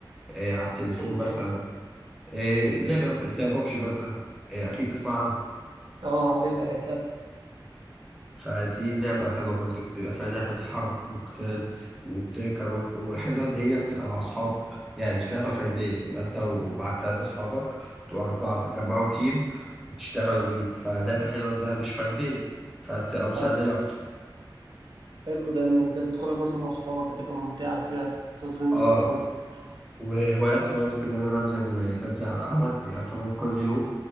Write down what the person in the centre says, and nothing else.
إيه على التليفون
مثلا
إيه لعبه زي بابجي مثلا إيه اكيد تسمع عنها
فدي لعبة حلوة برضه بتبقى فيها لعبة حرب وقتال وبتركب وحلوة إن هي بتبقى مع أصحابك يعني مش لعبة فردية بتبقى أنت ومعك تلاتة أصحابك بتبقوا أربعة بتجمعوا تيم وتشتغلوا بيه فلعبة حلوة إنها مش فردية فبتبقى مسلية
أكتر
أه
وهواياتي برضه كنت أنا بنزل بنزل على القهوة يعتبر كل يوم